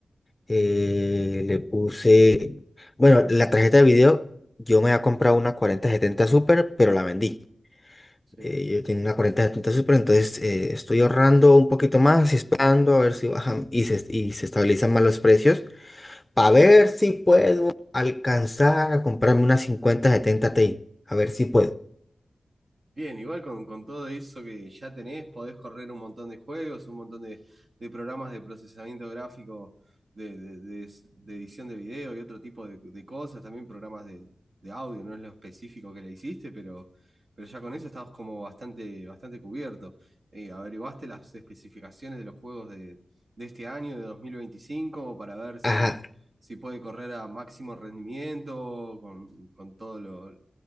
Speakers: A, on the left; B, on the right.
A: eh, le puse, bueno, la tarjeta de video, yo me había comprado una 4070 Super, pero la vendí.
B: sí.
A: Eh, yo tenía una 4070 Super, entonces eh, estoy ahorrando un poquito más esperando a ver si bajan y se, y se estabilizan más los precios. para ver si puedo alcanzar a comprarme una cincuenta setenta Ti. A ver si puedo.
B: Bien, igual con, con todo eso que ya tenés, podés correr un montón de juegos, un montón de, de programas de procesamiento gráfico, de, de- de de edición de video y otro tipo de, de cosas, también programas de, de audio, no es lo específico que le hiciste, pero, pero ya con eso estabas como bastante, bastante cubierto. Eh, ¿averiguaste las especificaciones de los juegos de, de este año, de 2025, para ver si,
A: Ajá.
B: si puede correr a máximo rendimiento, con, con todos